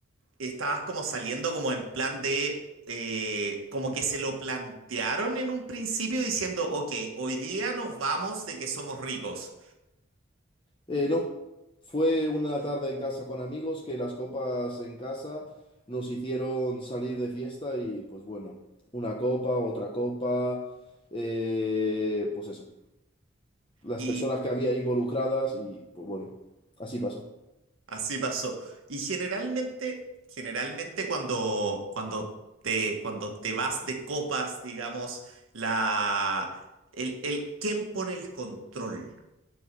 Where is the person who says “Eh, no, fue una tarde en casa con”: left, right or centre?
Left